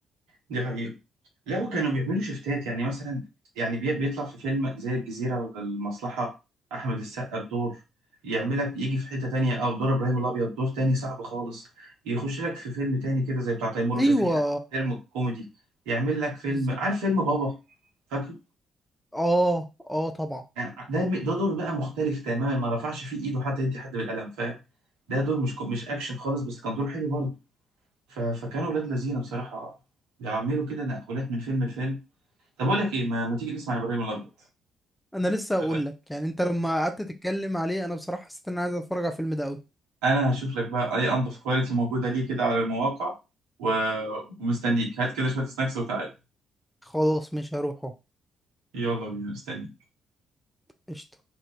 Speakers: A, on the right; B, in the centre.
A: دي حقيقة لا وكانوا بيعملوا شفتات يعني مثلا يعني بي... بيطلع في فيلم زي الجزيرة ولا المصلحة أحمد السقا بدور يعملك يجي في حتة تانية أو دور إبراهيم الأبيض دور تاني صعب خالص يخش لك في فيلم تاني كده زي بتاع تيمور وشفيقة
B: ايوه
A: فيلم كوميدي يعمل لك فيلم
B: بالظبط
A: عارف فيلم بابا فاكره
B: اه اه طبعا
A: يعني ده ده دور بقى مختلف تماما ما رفعش فيه ايده حتى يدي حد بالقلم فاهم ده دور مش كو- مش اكشن خالص بس كان دور حلو برضه ف- فكانوا ولاد لذينه بصراحه بيعملوا كده نقلات من فيلم لفيلم طب اقول لك ايه ما, ما تيجي نسمع ابراهيم الابيض
B: انا لسه اقول
A: إيه رأيك؟
B: لك يعني انت لما قعدت تتكلم عليه انا بصراحه حسيت ان انا عايز اتفرج على الفيلم ده قوي
A: انا هشوف لك بقى اي انضف كواليتي موجوده ليه كده على المواقع و... ومستنيك هات كده شويه سناكس وتعال
B: خلاص مش هروحه
A: يلا بينا مستنيك
B: قشطه